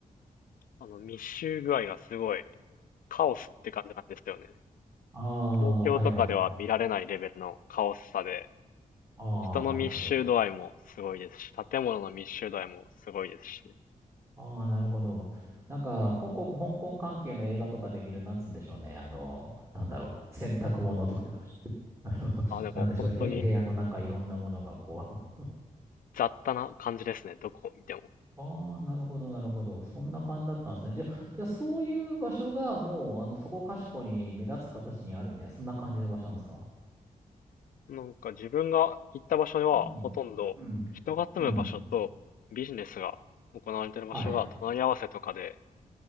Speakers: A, on the left (about 75°); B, on the right (about 20°).
A: あの、密集具合がすごい、カオスって感じなんですよね。
B: ああ、
A: 東京とかでは見られないレベルのカオスさで、
B: はいはいはい。ああ、
A: 人の密集度合いもすごいですし、
B: なるほど。
A: 建物の密集度合いもすごいですし。
B: ああ、なるほど。なんか、香港、香港関係の映画とかで見る、なんつうんでしょうね。あの、なんだろう。洗濯物とか。<laughs> あの、
A: あ、でも本当に
B: なんでしょう。へ、部屋のなんかいろんなものがこう。
A: 雑多な感じですね。どこを見ても。
B: <laughs> ああ、なるほど、なるほど。そんな感じだったんですね。じゃあ、じゃあそういう場所がもう、あの、そこかしこに目立つ形にあるみたいな、そんな感じの場所なんですか
A: なんか自分が行った場所はほとんど人が住む場所とビジネスが行われている場所が隣り合わせとかで、
B: うん。うん。うん。はい。